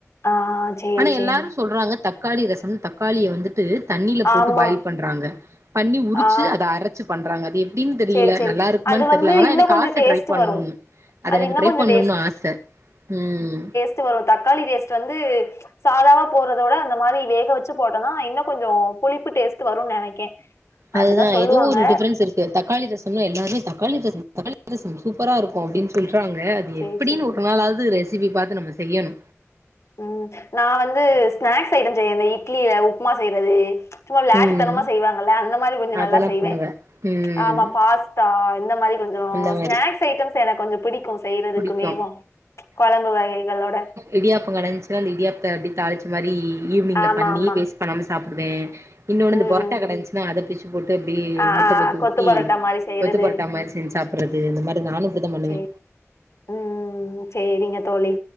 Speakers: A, on the left (about 70°); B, on the right (about 70°).
A: ஆ சேரி,
B: ஆனா
A: சேரி.
B: எல்லாரு சொல்றாங்க தக்காளி ரசம் தக்காளிய வந்துட்டு தண்ணியில போட்டு
A: ஆமா.
B: பாயில் பண்றாங்க பண்ணி உருச்சு
A: ஆ
B: அத அரச் ச்சு பண்றாங்க அது எப்டின் தெரியல
A: சேரி, சேரி.
B: நல்லா இருக்குமானு
A: அது
B: தெர்ல
A: வந்து
B: ஆனா
A: இன்னும்
B: எனக்கு
A: கொஞ்சம்
B: ஆச த்த
A: டேஸ்ட்
B: ட்ரை பண்ணனுன்
A: வரும்.
B: அது எனக்கு
A: இன்னும்
B: ட்ரை
A: கொஞ்சம்
B: பண்ணுனு ஆச ம்
A: த்து வரு தக்காளி டேஸ்ட்டு வந்து சாதாவா போறதோட அந்த மாரி வேக வச்சு போட்டோனா இன்னு கொஞ்சொ புளிப்பு டேஸ்ட்டு வரு நெனைக்கே
B: அதுதா
A: அப்டிதா சொல்லுவாங்க
B: எதோ ஒரு டிஃப்ரன்ஸ் இருக்கு தக்காளி ரசம்னா எல்லாருமே தக்காளி ரசமா தக்காளி ரசமா சூப்பரா இருக்கு அப்டின்னு சொல்றாங்க அது
A: சேரி
B: எப்டின்னு
A: சேரி
B: ஒரு நாளாது ரெசிபி பாத்து நம்ம செய்யணு
A: ம் நா வந்து ஸ்நாக்ஸ் ஐட்டம் செய்ய இந்த இட்லில உப்புமா செய்யறது சும்மா விளாட்டுத்தனமா
B: ம்
A: செய்வாங்கல்ல அந்த மாரி கொஞ்சொ
B: அதெல்லா
A: நல்லா செய்வே
B: பண்ணுவே
A: ம்ச்சா
B: ம்
A: ஆமா பாஸ்தா இந்த மாரி கொஞ்சோ
B: அந்த மாரி
A: ஸ்நாக்ஸ் ஐட்டம்ஸ் எனக் கொஞ்சொ புடிக்கு செய்யறதுக்குமேவு
B: புடிக்கு
A: கொழம்பு வகைகளோட
B: இடியாப்போ கெடைஞ்சுன்ன அந்த இடியாப்பத்த அப்டி தாளிச்ச மாரி ஈவினிங்ல
A: ஆமா
B: பண்ணி
A: ஆமா
B: வேஸ்ட் பண்ணாம சாப்டுவே இன்னொன்னு இந்த
A: ம்
B: பொரட்டா
A: ம்
B: கெடைச்சுன்னா அத பிச்சு போட்டு அப்டியே
A: ஆ
B: முட்ட
A: ஆ
B: பொத்து
A: கொத்து
B: ஊத்தி
A: பரோட்டா மாரி செய்யறது
B: கொத்து பொரோட்டா மாரி செஞ்சு சாப்பர்றது இந்த மாரி நானு இப்டிதா பண்ணுவே
A: சேரி ம் சேரிங்க தோழி